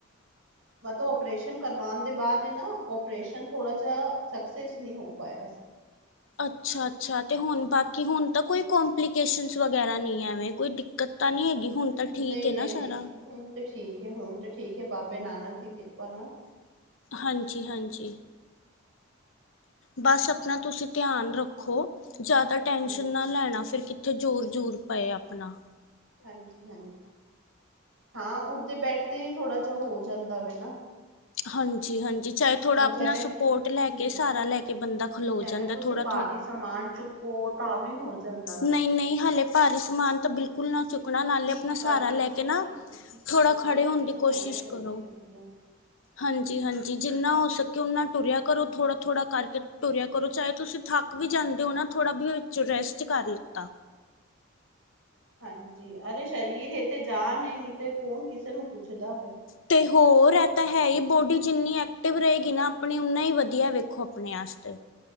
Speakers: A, on the left; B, on the right.
A: <inaudible>
B: ਮੈਂ ਤਾਂ ਓਪਰੇਸ਼ਨ ਕਰਵਾਉਣ ਦੇ ਬਾਅਦ ਨਾ ਓਪਰੇਸ਼ਨ ਥੋੜ੍ਹਾ ਜਿਹਾ ਸਕਸੈੱਸ ਨੀ ਹੋ ਪਾਇਆ ਸੀ।
A: ਅੱਛਾ-ਅੱਛਾ ਤੇ ਹੁਣ ਬਾਕੀ ਹੁਣ ਤਾਂ ਕੋਈ ਕਪਲੀਕੇਸ਼ਨ ਵਗੈਰਾ ਨੀ ਐਵੇਂ ਕੋਈ ਦਿੱਕਤ ਤਾਂ ਨੀ ਹੈਗੀ ਹੁਣ। ਤਾਂ ਠੀਕ
B: ਨਹੀਂ-ਨਹੀਂ,
A: ਹੈ ਨਾ ਸਾਰਾ
B: ਨਹੀਂ ਹੁਣ ਤੇ ਠੀਕ ਹੈ, ਹੁਣ ਤੇ ਠੀਕ ਹੈ ਬਾਬੇ ਨਾਨਕ ਦੀ ਕਿਰਪਾ ਨਾਲ।
A: ਹਾਂਜੀ-ਹਾਂਜੀ ਬੱਸ ਆਪਣਾ ਤੁਸੀਂ ਧਿਆਨ ਰੱਖੋ ਜਾਦਾ ਟੈਸ਼ਨ
B: ਹਾਂ
A: ਨਾ ਲੈਣਾ ਫੇਰ ਕਿ ਜ਼ੋਰ-ਜ਼ੂਰ ਪਏ ਆਪਨਾ।
B: ਹਾਂਜੀ-ਹਾਂਜੀ, ਹਾਂ ਉੱਠਦੇ ਬੈਠਦੇ ਹੀ ਥੋੜ੍ਹਾ ਜਿਹਾ ਹੋ ਜਾਂਦਾ ਵੇ ਨਾ।
A: ਹਾਂਜੀ-ਹਾਂਜੀ ਚਾਹੇ ਥੋੜ੍ਹਾ
B: ਉਹ
A: ਆਪਣਾ
B: ਜਿਵੇਂ
A: ਸਪੋਰਟ ਲੈ
B: ਹਮ
A: ਕੇ ਸਾਰਾ ਲੈ ਕੇ ਬੰਦਾ ਖਲੋ
B: ਜਿਵੇਂ
A: ਜਾਂਦਾ
B: ਕੁਛ
A: ਥੋੜ੍ਹਾ
B: ਭਾਰੀ ਸਮਾਨ ਚੁੱਕ ਓ ਤਾਂ ਵੀ ਹੋ ਜਾਂਦਾ
A: ਨਹੀਂ-ਨਹੀਂ,
B: ਵੇ।
A: ਹੱਲੇ ਭਾਰੀ ਸਮਾਨ ਤਾਂ ਬਿਲ ਕੁਲ ਨਾ
B: ਵਿੱਚੋਂ
A: ਚੁੱਕਣਾ ਨਾਲੇ
B: ਦੀ ਕੀ
A: ਆਪਣਾ
B: ਦੀਵਾਲੀ
A: ਸਹਾਰਾ ਲੈ
B: ਦੀ ਸਫ਼ਾਈ
A: ਕੇ ਨਾ
B: ਕੀਤੀ ਸੀ
A: ਥੋੜ੍ਹਾ
B: ਔਰ
A: ਖੜੇ
B: ਐਵੇਂ
A: ਹੋਣ
B: ਹੀ ਸਫ਼ਾਈਆਂ
A: ਦੀ ਕੋਸ਼ਿਸ਼
B: ਚੱਲਦੀ
A: ਕਰੋ।
B: ਰਹਿੰਦੀਆਂ ਨੇ।
A: ਹਾਂਜੀ-ਹਾਂਜੀ ਜਿੰਨਾ ਹੋ ਸਕੇ ਓਨਾ ਟੁਰਿਆ ਕਰੋ
B: ਹੂੰ-ਹੂੰ।
A: ਥੋੜਾ-ਥੋੜਾ ਕਰਕੇ ਤੁਰਿਆ ਕਰੋ ਚਾਹੇ ਤੁਸੀਂ ਥੱਕ ਵੀ ਜਾਂਦੇ ਹੋ ਨਾ ਥੋੜ੍ਹਾ ਵੀ ਵਿੱਚ ਰੈਸਟ ਕਰ ਲਿੱਤਾ।
B: ਹਾਂਜੀ ਅਰੇ ਸਰੀਰ ਇਹ ਤੇ ਜਾਾਨ ਨੀ ਤੇ ਕੌਣ ਕਿਸੇ ਨੂੰ ਪੁੱਛਦਾ ਵੇ।
A: ਤੇ ਹੋਰ ਇਹ ਤਾਂ ਹੈ ਹੀ ਬੋਡੀ ਜਿੰਨੀ ਐਕਟਿਵ ਰਹੇਗੀ ਨਾ ਆਪਣੀ ਓਨਾ ਹੀ ਵਧੀਆ ਵੇਖੋ ਆਪਣੀ। ਆਪਣੇ ਆਸਤੇ।